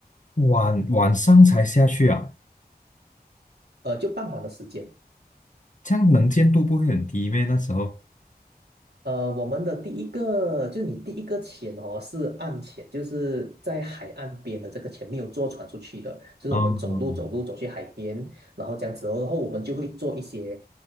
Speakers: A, on the left; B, on the right.
A: 晚晚上才下去啊，
B: 呃，就傍晚的时间。
A: 这样能见度不会很低咩？那时候，
B: 呃，我们的第一个，就是你第一个潜哦，是岸潜，就是在海岸边的这个潜，没有坐船出去的，就是我们走路走路走去海边，
A: 嗯。
B: 然后这样子哦，然后我们就会做一些